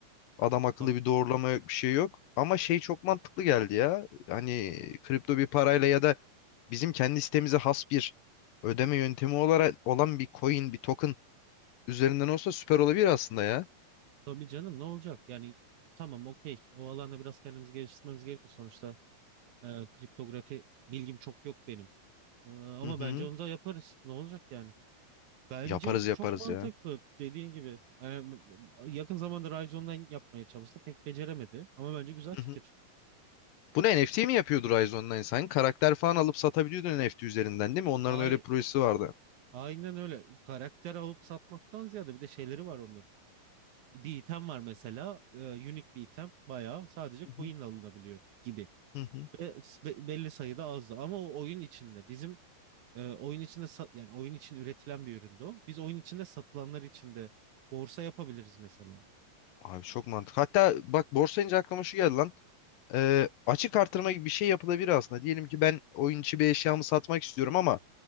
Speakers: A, on the left (about 80°); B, on the right (about 70°).
A: Adam akıllı
B: Tabii,
A: bir doğrulama yok bir şey yok. Ama şey çok mantıklı geldi ya. Hani kripto bir parayla ya da bizim kendi sitemize has bir ödeme yöntemi olarak olan bir coin, bir token üzerinden olsa süper olabilir aslında ya.
B: tabii canım ne olacak? Yani tamam okey. O alanda biraz kendimizi geliştirmemiz gerekiyor. Sonuçta e, kriptografi bilgim çok yok benim. E, ama
A: Hı hı.
B: bence onu da yaparız. Ne olacak yani? Bence
A: Yaparız yaparız
B: çok mantıklı
A: ya.
B: dediğin gibi. E, yakın zamanda Ryzen'dan yapmaya çalıştı. Pek beceremedi. Ama bence güzel
A: Hı
B: fikir.
A: hı. Bunu NFT mi yapıyordu Rise Online? Sen karakter falan alıp satabiliyordun NFT üzerinden değil mi? Onların
B: Ay,
A: öyle bir projesi vardı.
B: aynen öyle. Karakter alıp satmaktan ziyade bir de şeyleri var onların. bir item var mesela. E, unique bir item. Bayağı sadece
A: Hı
B: coin
A: hı.
B: ile alınabiliyor gibi.
A: Hı hı.
B: Ve s- be- belli sayıda azdı. Ama o oyun içinde bizim e, oyun içinde sa- yani oyun için üretilen bir üründü o. Biz oyun içinde satılanlar içinde borsa yapabiliriz mesela.
A: Abi çok mantıklı. Hatta bak borsa deyince aklıma şu geldi lan. Ee, açık artırma gibi bir şey yapılabilir aslında. Diyelim ki ben oyun içi bir eşyamı satmak istiyorum ama